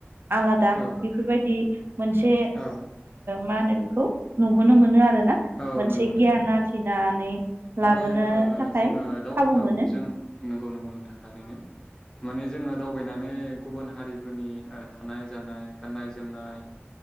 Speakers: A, on the right; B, on the left.
A: आलादा
B: औ
A: बेफोरबायदि मोनसे
B: औ
A: मा होनो बेखौ नु नो मोनो आरो ना
B: औ
A: मोनसे
B: नंगौ नोंथां
A: गियान आरजिनानै
B: माने
A: लाबोनो थाखाय
B: जोङो दाउ
A: खाबु
B: औ
A: मोनो
B: जों नंगौ नंगौ नोंथां थारैनो माने। जोङो दावबायनानै गुबुन हारिफोरनि थानाय जानाय गाननाय जोमनाय